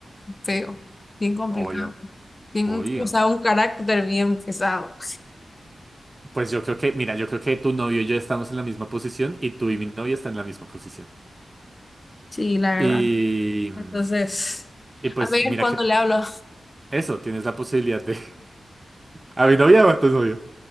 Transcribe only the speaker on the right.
obvio,
obvio.
Pues yo creo que, mira, yo creo que tu novio y yo estamos en la misma posición y tú y mi novia están en la misma posición.
Y...
mm, Y pues
mira
que
eso, tienes la posibilidad de... <laughs> ¿A mi novia o a tu novio?